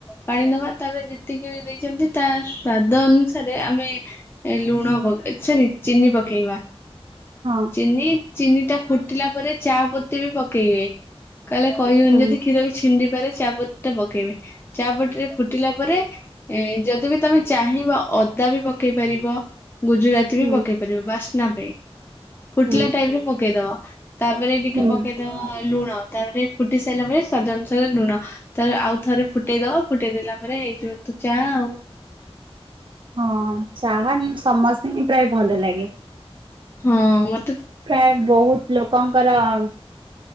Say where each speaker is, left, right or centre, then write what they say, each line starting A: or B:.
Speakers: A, on the left; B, on the right.
A: ପାଣି ନବା ତାପରେ ଯେତିକି ବି ଦେଇଛନ୍ତି ତା ସ୍ଵାଦ ଅନୁସାରେ ଆମେ ଲୁଣଗେଇ ସରି ଚିନି ପକେଇବା
B: ହଁ
A: ଚିନି ଚିନି ଟା ଫୁଟିଲା ପରେ ଚା ପୋତି ବି ପକେଇବେ କହଲେ କହିବନ
B: ହୁଁ
A: ଯଦି କ୍ଷୀର ଛିଣ୍ଡିି ଚାପଟ ଟା ପକେଇବେ ଚାପଟ ରେ ଫୁଟିଲା ପରେ ଯଦି ବି ତମେ ଚାହିଁବ ଅଦା ବି ପକେଇ ପାରିବ ଗୁଜୁରାତି
B: ହୁଁ
A: ବି ପକେଇ ପାରିବ ବାସ୍ ନବେ ଫୁଟିଲା
B: ହୁଁ
A: ଟାଇମରେ ପକେଇଦବା ତାପରେ ଟିକେ
B: ହୁଁ
A: ପକେଇଦବା। ଲୁଣ ତାପରେ ଫୁଟି ସାରିଲା ପରେ ସ୍ଵାଦ ଅନୁସାରେ ଲୁଣ ତା ଆଉ ଥରେ ଫୁଟେଇଦବା ଫୁଟେଇ ଦେଲା ପରେ ହେଇଯିବ ତୁ ଯ ଆଉ
B: ହଁ ଚାହା ସମସ୍ତେ ହି ପ୍ରାୟ ଭଲ ଲାଗେ।
A: ହଁ ମ
B: ପ୍ରାୟ ବୋହୁତ ଲୋକଙ୍କର ଅଂ